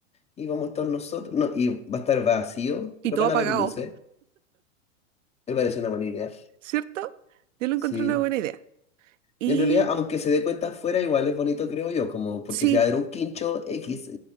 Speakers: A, on the left; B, on the right.
A: y vamos a estar nosotros. No, y va a estar vacío,
B: Y
A: pero
B: todo
A: van
B: apagado,
A: a haber luces. Me parece una buena idea.
B: ¿cierto? Yo lo encontré
A: Sí.
B: una buena idea. Y
A: Y en realidad, aunque se dé cuenta afuera, igual es bonito, creo yo, como porque
B: sí,
A: si va a haber un quincho X, eh,